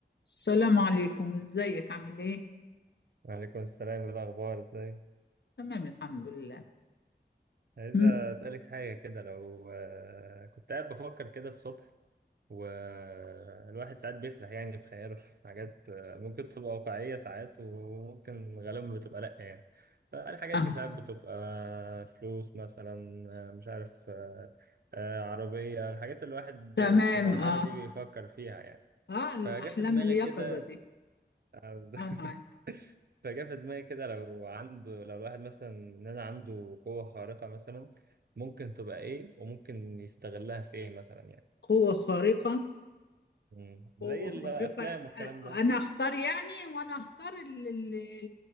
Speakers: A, on the left; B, on the right.
A: السلام عليكم ازيك عامل ايه
B: وعليكم السلام إيه الأخبار ازاي
A: تمام الحمد لله
B: عايز
A: مم.
B: أسألك حاجة كده لو آه، كنت قاعد بفكر كده الصبح والواحد ساعات بيسرح يعني بخياله في حاجات آه، ممكن تبقى واقعية ساعات وممكن غالبا بتبقى لأ يعني فالحاجات
A: آه.
B: دي ساعات بتبقى فلوس مثلا آه، مش عارف آه، آه، عربية الحاجات اللي الواحد
A: تمام
B: في المرحلة
A: اه
B: دي بيفكر فيها يعني
A: اه الاحلام
B: فجا في دماغي
A: اليقظه
B: كده
A: دي
B: آه، بالظبط
A: اه معاك
B: <laughs> فجاء في دماغي كده لو عنده لو الواحد مثلا ان انا عنده قوة خارقة مثلا ممكن تبقى ايه وممكن يستغلها في ايه مثلا يعني
A: قوه خارقه
B: مم. زي
A: قوة خارقة
B: الافلام والكلام
A: أنا
B: ده
A: أختار يعني وأنا أختار اللي, اللي